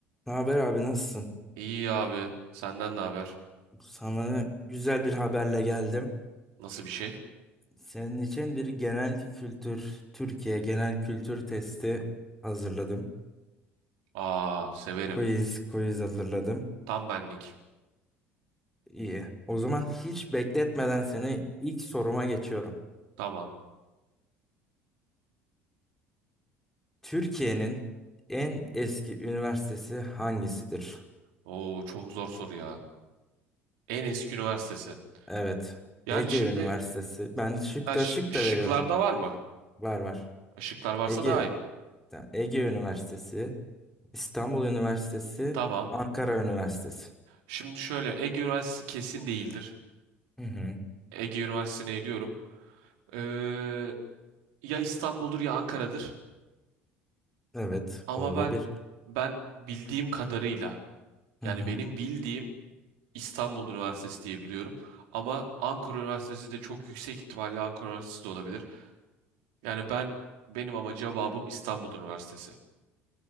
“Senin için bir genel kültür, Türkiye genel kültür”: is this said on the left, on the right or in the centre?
Centre